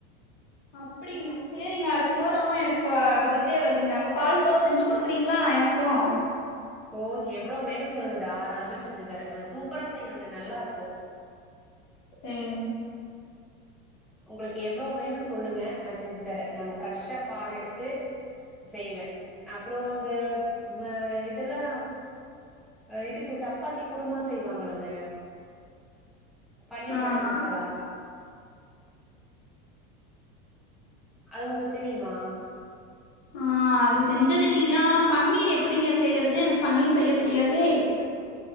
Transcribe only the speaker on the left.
அப்டிங்ளா சேரிங்க அடுத்த வாரம் எனக் இப்ப பர்த்டே வருதுங்க அப்ப பால்கோவா செஞ்சு குடுக்குறீங்ளா எனக்கும்
செய்ங்க
ஆமா
ஆ அது செஞ்சது இல்லீங்கா ஆ பன்னீர் எப்படிங்க செய்யறது எனக்கு பன்னீர் செய்ய தெரியாதே